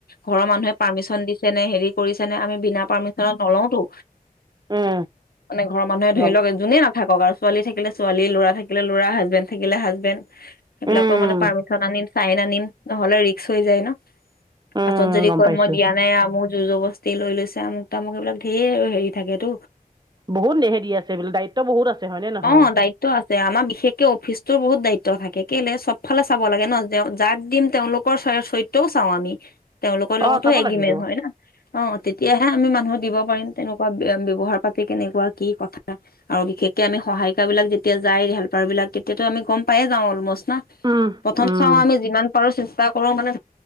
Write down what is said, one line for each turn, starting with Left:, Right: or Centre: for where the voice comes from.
Left: ঘৰৰ মানুহে পাৰ্মিশন দিছে নে হেৰি কৰিছে নে আমি বিনা পাৰ্মিছন । িচনাত <unintelligible> নলওঁতো।
Right: উম।
Left: মানে ঘৰৰ মানুহে ধৰি
Right: গম
Left: লওক যোনেই নাথাক আৰু। ছোৱালী থাকিলে ছোৱালী ল'ৰা থাকিলে ল'ৰা হাজবেণ্ড থাকিলে হাজবেণ্ড সেইবিলাক
Right: উম
Left: মানে পাৰ্মিশন আনি। চাইন আনিম নহলে ৰিক্স হৈ যায় ন
Right: উম
Left: পাছত যদি
Right: গম
Left: কৈ
Right: পাইছোঁ
Left: মই দিয়া নাই ম। যুঁজৰ বস্তি লৈ লৈছে আমুক তামুক এইবিলাক ঢেৰ হেৰি থাকেতো
Right: বহুত হেৰি আছে বোলে দায়িত্ব বহুত আছে হয়নে নহয়
Left: অ'দায়িত্ব আছে। আমাৰ বিশেষকে অফিচ বহুত দায়িত্ব থাকে কেলে চবফালে চাব লাগে নহ তেওঁ যাক দিম তেওঁলোকৰ চৰিত্ৰও চাওঁ আমি তেওঁলোকৰ লগতো
Right: অ চাব
Left: এগ্ৰীমেণ্ট
Right: লাগিব
Left: হয় নহ অ, তেতিয়াহে আমি মানুহক দিব পাৰিম তেনেকুৱা ৱ্যৱহাৰ পাতি কেনেকুৱা কি কথা, আৰু বিশেষকে আমি সহায়িকা বিলাক যেতিয়া যায়, হেল্পাৰ বিলাক এতিয়াতো আমি গম পায়ে যাওঁ অলমষ্ট না
Right: উম
Left: প্ৰথম
Right: উম
Left: চাও আমি যিমান পাৰো। কৰো মানে